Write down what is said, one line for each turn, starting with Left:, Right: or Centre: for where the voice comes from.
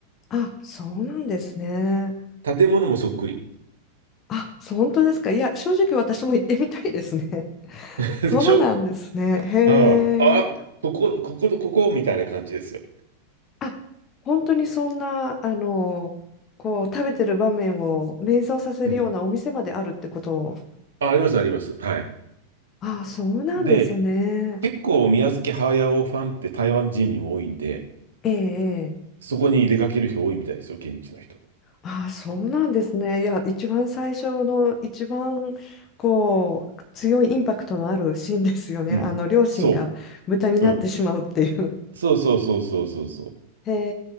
Left: あ、そうなんですね。
Right: 建物もそっくり。
Left: あ、そう本当ですか。いや、正直私も行ってみたいですね。<laughs>
Right: <laughs> でしょ
Left: そうなんですね。へ
Right: ああ、
Left: え。
Right: あここ、ここと、ここみたいな感じですよ。
Left: あ、本当にそんな、あの、こう、食べてる場面を連想させるようなお店まであるってことを。
Right: うん。あ、あります、あります。はい。
Left: あ、そうなんですね。
Right: で、結構宮崎駿ファンって台湾人にも多いんで、
Left: ええ、ええ
Right: そこに出かける人多いみたいですよ、現地の人。
Left: あ、そうなんですね。いや、一番最初の、一番、こう、強いインパクトのあるシーンですよね。
Right: うん。
Left: あの、両親が豚になってしまうっていう。
Right: そう。うん。そうそうそうそうそうそう。
Left: へ